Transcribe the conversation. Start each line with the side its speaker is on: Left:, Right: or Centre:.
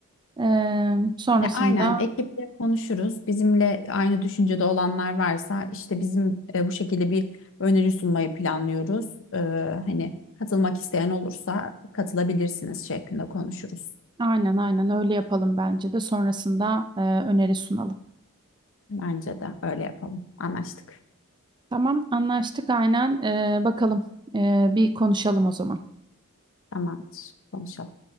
Right: Ee, sonrasında
Left: Ya aynen ekiple konuşuruz. Bizimle aynı düşüncede olanlar varsa işte bizim e, bu şekilde bir öneri sunmayı planlıyoruz. Ee, hani katılmak isteyen olursa katılabilirsiniz şeklinde konuşuruz.
Right: aynen aynen öyle yapalım bence de. Sonrasında e, öneri sunalım.
Left: Bence de öyle yapalım. Anlaştık.
Right: Tamam anlaştık aynen. Ee, bakalım Ee, bir konuşalım o zaman.
Left: Tamamdır. Konuşalım.